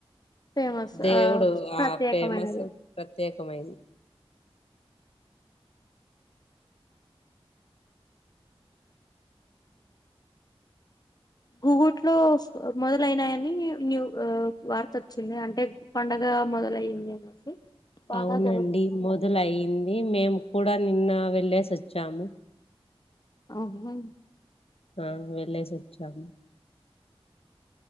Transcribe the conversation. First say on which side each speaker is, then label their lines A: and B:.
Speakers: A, on the left (about 40°); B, on the left (about 70°).
A: ఫేమస్
B: దేవుడు
A: ఆ ప్రత్యేకమైనది
B: ఆ ఫేమస్ ప్రత్యేకమైంది
A: గూగుట్ లో మొదలైనయాన్ని న్యూ వార్త వచ్చింది అంటే పండగ మొదలయింది అనేసి బాగా
B: అవునండి
A: జరుగుతుందంట
B: మొదల అయింది మేము కూడా నిన్న వెళ్ళేసి వచ్చాము
A: అవునా
B: ఆ వెళ్లేసి వచ్చాము